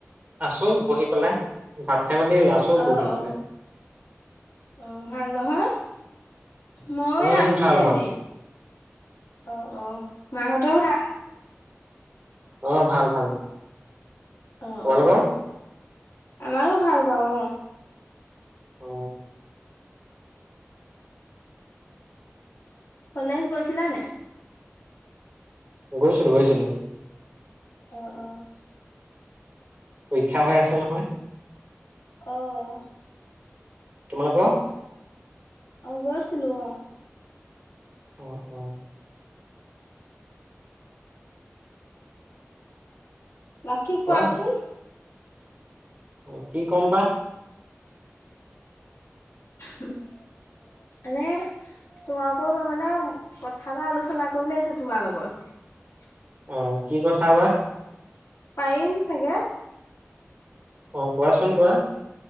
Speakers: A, on the right; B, on the left.
A: আছো বহি পেলাই ভাত খে মেলি আছো
B: অ
A: বহি পেলাই।
B: অ অ ভাল নহয় ময়
A: উম
B: আছোহে
A: ভাল ভাল
B: এনেই। অ অ মা সহঁতৰ ভাল?
A: অ ভাল ভাল ভাল।
B: অ অ
A: তোমালোকৰ
B: আমাৰো ভাল বাৰু অ।
A: অ
B: কলেজ গৈছিলা নাই
A: গৈছিলো গৈছিলো।
B: অ অ।
A: পৰীক্ষা হৈ আছে নহয়।
B: অহ।
A: তোমালোক কোৱা
B: গৈছিলো অ।
A: অ অ
B: বাকী
A: কোৱা
B: কোৱাচোন
A: অ কি কম বা
B: মানে তোমাৰ পৰিও মানে কথা এটা আলোচনা কৰিবলে আহিছো তোমাৰ লগত
A: অ কি কথা বা
B: পাৰিম চাগে।
A: অ কোৱাচোন কোৱা।